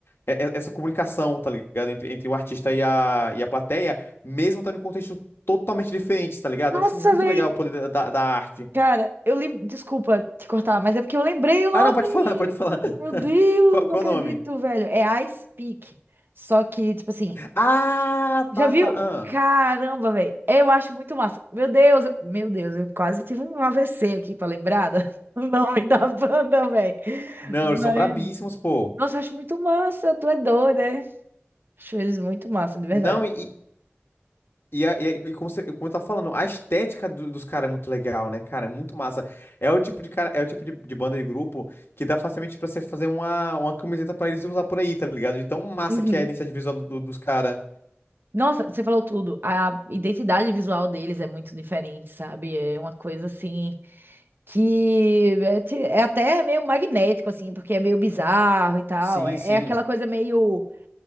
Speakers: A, on the left; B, on the right.
A: é- é- essa comunicação, tá ligado? Entre, entre o artista e a, e a plateia, mesmo estando em contextos totalmente diferentes, tá ligado?
B: Nossa,
A: Eu acho muito
B: velho,
A: legal o poder da, da- da arte.
B: Cara, eu lem... Desculpa te cortar, mas é porque eu lembrei o nome.
A: Ah, não, pode <laughs> falar, pode falar. <laughs>
B: Meu Deus,
A: Qual,
B: não
A: qual
B: acredito,
A: o nome?
B: velho. É Ice Peak. Só que, tipo assim,
A: Ah,
B: já
A: tá,
B: viu?
A: tá. Ah.
B: Caramba, velho. Eu acho muito massa. Meu Deus, eu- meu Deus, eu quase tive um AVC aqui pra lembrada. <laughs> O nome da banda, velho.
A: Não,
B: Mas,
A: eles são brabíssimos, pô.
B: nossa, eu acho muito massa. Tu é doida, né? Acho eles muito massa, de verdade.
A: Não, e, E, a- e, a- e como, você, como eu tava falando, a estética do- dos caras é muito legal, né, cara? É muito massa. É o tipo de cara, é o tipo de, de banda e grupo que dá facilmente pra você fazer uma, uma camiseta pra eles usar por aí, tá ligado? De tão massa
B: Uhum.
A: que é a identidade visual do- do- dos caras.
B: Nossa, você falou tudo. A identidade visual deles é muito diferente, sabe? É uma coisa assim que é, te- é até meio magnético, assim, porque é meio bizarro e tal.
A: Sim,
B: É,
A: sim.
B: é aquela coisa meio